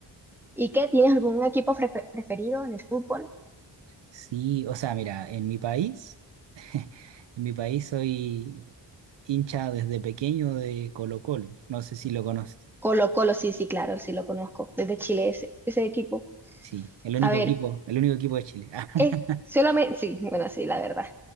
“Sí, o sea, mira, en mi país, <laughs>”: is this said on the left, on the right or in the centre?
Right